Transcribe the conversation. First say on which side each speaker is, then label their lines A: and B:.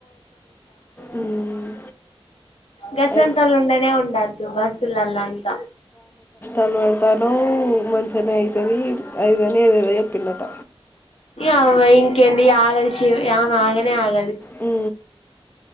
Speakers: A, on the left (about 20°); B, on the left (about 85°).
A: ఉమ్,
B: గసంటలు
A: అయి-
B: ఉండనే ఉండద్దు బస్సులల్ అంత
A: తను మంచిగానే అయితుది అదిదనే ఏదిద పిన్నట
B: అమ ఇంకెంది ఆగల్ శివ ఆయా మాగనే ఆగల్
A: ఆ ఓ